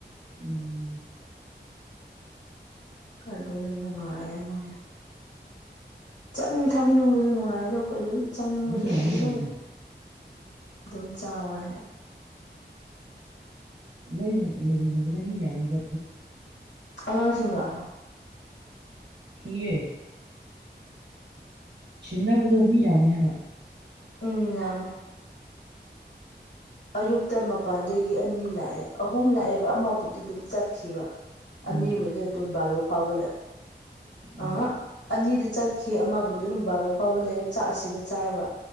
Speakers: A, on the right; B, on the left.
A: ꯎꯝ
B: ꯑꯗꯨꯅ ꯅꯨꯡꯉꯌꯥ ꯃ ꯆꯥꯅꯤꯡ ꯊꯛꯅꯤꯡꯅꯤꯡꯕꯁꯨ ꯅꯨꯡꯉꯥꯏꯔꯗꯣ ꯑꯩꯈꯣꯏꯁꯨꯝ ꯆꯥꯅꯤꯡꯕꯁꯨ
A: ꯑꯗꯨꯗꯤ ꯅꯣꯏ ꯃꯤ ꯌꯥꯝꯃꯤ
B: ꯑꯗꯨꯝ ꯂꯩꯔꯦ
A: ꯀꯩꯅꯣ
B: ꯑꯗꯨꯝ ꯆꯥꯎꯥꯋꯦ
A: ꯂꯣꯏꯅ ꯂꯩꯃꯤꯟꯅꯕꯗꯣ ꯃꯤ ꯌꯥꯝꯃꯤꯕ
B: ꯑꯃꯥꯡꯁꯤꯥ
A: ꯌꯦ ꯁꯤꯅꯥꯕꯨꯗ ꯎꯃꯤ ꯌꯥꯅꯤꯕ
B: ꯎꯝꯃ ꯑꯌꯨꯛꯇ ꯃꯄꯥꯟꯗꯒꯤ ꯑꯅꯤ ꯂꯥꯛꯑꯦ ꯑꯍꯨꯝ ꯂꯥꯛꯑꯦꯕ ꯑꯃꯕꯨꯗꯤ ꯑꯗꯨꯝ ꯆꯠꯈꯤꯕ ꯑꯅꯤꯕꯗꯤ
A: ꯎꯝ
B: ꯑꯗꯨꯝ ꯕꯥꯔꯣ ꯐꯥꯎꯕꯂ
A: ꯎꯝ
B: ꯑ ꯑꯅꯤꯗ ꯆꯠꯈꯤ ꯑꯃꯕꯨꯗꯤ ꯑꯗꯨꯝ ꯕꯥꯔꯣ ꯐꯥꯎꯕ ꯂꯩꯔ ꯆꯥꯛ ꯑꯁꯤꯗ ꯆꯥꯏꯕ